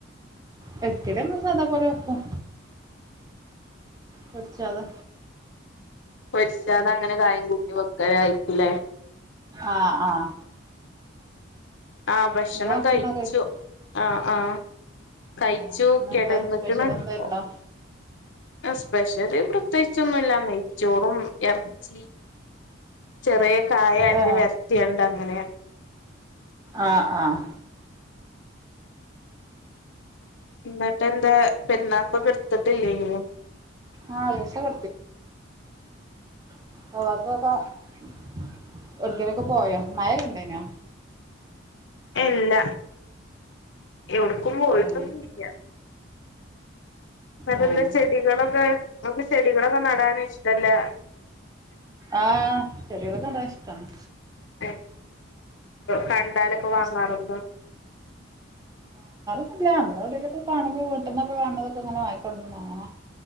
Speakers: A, on the right; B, on the left.
A: വെക്കൽ സാദാ പോലെ വെക്കും. പൊര്ച്ചതാ
B: പൊരിച്ചത ഇങ്ങനെ കായം കൂട്ടി വെക്കലായിരിക്കുലേ
A: ആഹ് ആഹ്.
B: ആഹ് ഭക്ഷണം
A: നിങ്ങള് ഭക്ഷണമൊക്കെ
B: കഴിച്ചു
A: കഴിച്ചോ
B: ആഹ്. ആഹ് കഴിച്ചു
A: ആ ഇന്നെന്താ
B: കെടന്ന്ക്ക്ണ്
A: സ്പെഷ്യൽ എന്താ
B: പ്പോ
A: ഉണ്ടോ
B: സ്പെഷ്യല് പ്രത്യേകിച്ചൊന്നുല്ല നെയ്ച്ചോറും ഇറച്ചി ചെറിയ കായണ്ട്
A: ഏ
B: വര്ട്യണ്ട് അങ്ങനെ
A: ആഹ് ആഹ്
B: ന്ന്ട്ട് ന്തെ പേർന്നാകോ കട് ട്ത്തിട്ട് ല്ലേയ്നോ
A: ആഹ് ഡ്രസ്സൊക്കെ <unintelligible> ഒടുക്കലൊക്കെ പോയോ മഴ ഇണ്ടനോ
B: ഇല്ല എവിട്ക്കും പോയിട്ടൊന്നും
A: ആഹ്
B: ഇല്ല <unintelligible>
A: ആഹ്
B: ചെടികളൊക്കെ ങ്ങക്ക് ചെടികളൊക്കെ നടാൻ ഇഷ്ട്ടല്ലേ
A: ആഹ് ചെടികളൊക്കെ നടാൻ ഇഷ്ടാണ്
B: ഏഹ് കണ്ടാലൊക്കെ
A: അങ്ങനെ
B: വാങ്ങാറുണ്ടോ
A: ഇല്ല നമ്മളവിടെവെടെക്കെ കാണുമ്പോ വീട്ട്ന്നൊക്കെ കാണുന്നതൊക്കെങ്ങനെ വാങ്ങിക്കൊണ്ടര്ണത് കാണാ